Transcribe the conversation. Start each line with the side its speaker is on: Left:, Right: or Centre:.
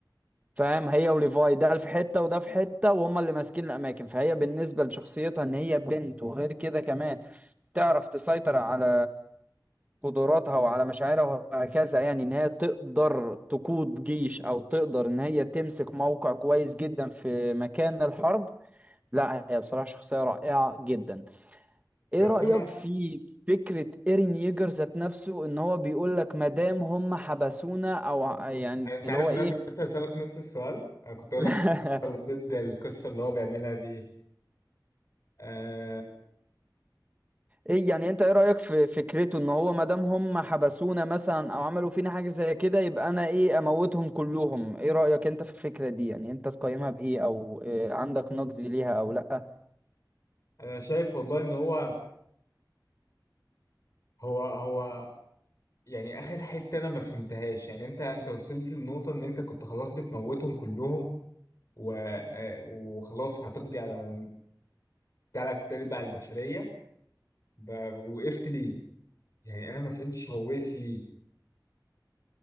Right: فاهم هي وليفاي ده في حتة وده في حتة وهم اللي ماسكين الاماكن فهي بالنسبة لشخصيتها ان هي بنت وغير كده كمان تعرف تسيطر على قدراتها وعلى مشاعرها وهكذا يعني ان هي تقدر تقود جيش او تقدر ان هي تمسك موقع كويس جدا في مكان الحرب لا هي بصراحة شخصية رائعة جدا ايه
Left: بس
Right: رأيك
Left: انا
Right: في فكرة ايرين ييجر ذات نفسه ان هو بيقول لك مادام هم حبسونا او ع- يعني
Left: انت
Right: اللي
Left: عارف
Right: هو
Left: ان
Right: ايه
Left: انا كنت لسه هسألك نفس السؤال انا كنت اقول
Right: <laughs>
Left: لك ضد القصه اللي هو بيعملها دي آه
Right: ايه يعني انت ايه رأيك في فكرته ان هو ما دام هم حبسونا مثلا او عملوا فينا حاجة زي كده يبقى انا ايه اموتهم كلهم ايه رأيك انت في الفكرة دي يعني انت تقيمها بايه او إيه عندك نقد ليها او لا
Left: انا شايف والله ان هو هو هو يعني اخر حته انا ما فهمتهاش يعني انت انت وصلت للنقطه ان انت كنت خلاص بتموتهم كلهم و... آه، وخلاص هتقضي على تلات ارباع البشريه ب... وقفت ليه يعني انا ما فهمتش هو وقف ليه